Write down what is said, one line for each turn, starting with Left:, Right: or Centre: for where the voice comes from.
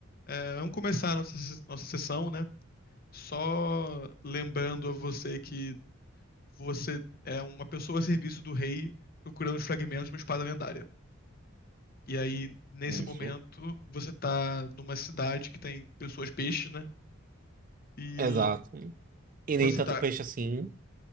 Left: É, vamos começar a nossa, se- nossa sessão, né? Só lembrando a você que você é uma pessoa a serviço do rei procurando os fragmentos de uma espada lendária. E aí, nesse
Right: Isso.
Left: momento, você tá numa cidade que tem pessoas peixe, né? E
Right: Exato. E
Left: você
Right: nem tanto
Left: tá,
Right: peixe assim.